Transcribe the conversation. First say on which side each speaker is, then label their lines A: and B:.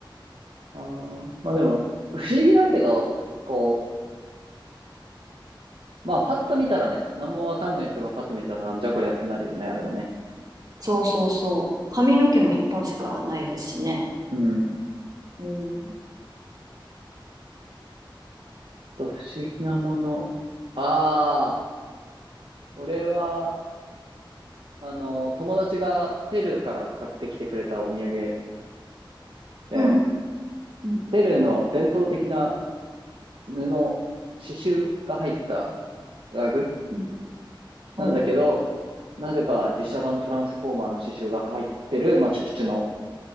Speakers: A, on the right; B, on the right.
A: あー、まあでも、不思議だけど、こう、まあパッと見たらね、何もわかんない人がパッと見たらなんじゃこりゃってなるよね、あれはね。
B: そうそうそう。髪の毛も一本しかないですしね。
A: うん。
B: うん。
A: と、不思議なもの。ああ。俺は、あの、友達がペルーから買ってきてくれたお土産で、
B: うん、うん、
A: ペルーの伝統的な布、刺繍が入ったラグ
B: うん、
A: なんだけど、
B: おう。
A: なぜか実写版トランスフォーマーの刺繍が入ってるマチュピチュの、